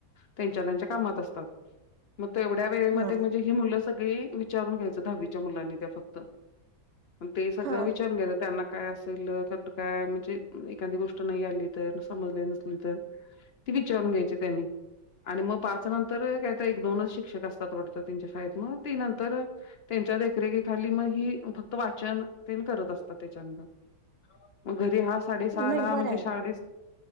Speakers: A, on the left (about 65°); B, on the right (about 65°).
A: त्यांच्या त्यांच्या कामात असतात. मग तेवढ्या वेळेमध्ये
B: हा
A: म्हणजे ही मुलं सगळी विचारून घ्यायचं दहावीच्या मुलांनी त्या फक्त- ते सगळं
B: हा
A: विचारून घेतात त्यांना काय असायल काय म्हणजे- एखादी गोष्ट नाही आली तर समजले नसली तर ती विचारून घ्यायची त्यांनी- आणि मग पाच नंतर काय एक दोनच शिक्षक असतात वाटत त्यांच्या शाळेत मग ती नंतर- त्यांच्या देखरेखीखाली मग ही फक्त वाचन तेन करत असतात त्याच्यानंतर. मग घरी हा साडेसहा
B: नाही
A: ला
B: बरं
A: म्हणजे
B: आहे.
A: साडे-